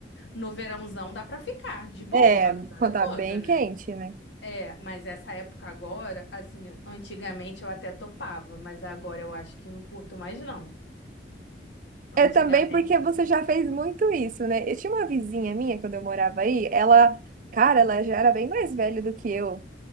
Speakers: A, on the left; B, on the right.
A: No verãozão dá pra ficar de boa
B: É,
A: a madrugada
B: quando
A: toda,
B: tá bem
A: né?
B: quente, né?
A: É, mas essa época agora, assim, antigamente eu até topava, mas agora eu acho que não curto mais não. Antigamente,
B: É também porque você já fez muito isso, né? Eu tinha uma vizinha minha quando eu morava aí, ela, cara, ela já era bem mais velha do que eu.